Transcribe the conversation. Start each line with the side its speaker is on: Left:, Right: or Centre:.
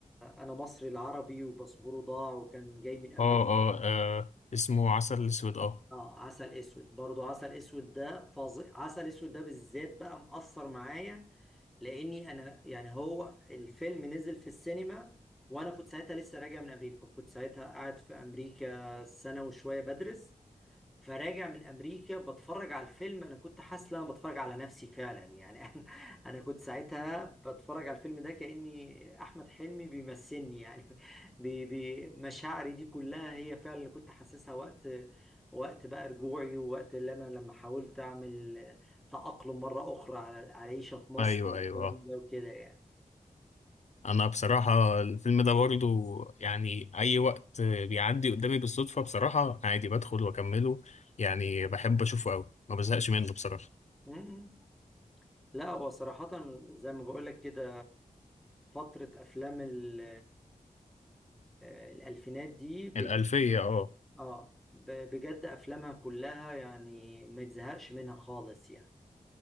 Centre: انا مصري العربي وباسبوره ضاع وكان جاي من امريكا
Left: اه آه، اسمه عسل اسود اه
Centre: اه عسل اسود برضو عسل اسود ده فظيع عسل اسود ده بالذات بقى مأثر معايا لاني انا يعني هو الفيلم نزل في السينما وانا كنت ساعتها لسه راجع من امريكا كنت ساعتها قاعد في امريكا سنة وشوية بدرس فراجع من امريكا بتفرج على الفيلم انا كنت حاسس ان انا بتفرج على نفسي فعلا يعني <laughs> انا انا كنت ساعتها بتفرج على الفيلم ده كاني احمد حلمي بيمثلني يعني <laughs> بي بي مشاعري دي كلها هي فعلا اللي كنت حاسسها وقت وقت بقى رجوعي ووقت اللي انا لما حاولت اعمل تأقلم مرة اخرى على على العيشة في مصر
Left: ايوه
Centre: والكلام
Left: ايوه آه.
Centre: ده وكده يعني
Left: انا بصراحه الفيلم ده برضو يعني اي وقت بيعدي قدامي بالصدفه بصراحه عادي بدخل واكمله يعني بحب اشوفه قوي ما بزهقش منه بصراحه
Centre: مم. لا هو صراحة زي ما بقول لك كده فترة افلام ال- آه، الألفينات دي
Left: الالفيه اه
Centre: اه ب- بجد افلامها كلها يعني ما تزهقش منها خالص يعني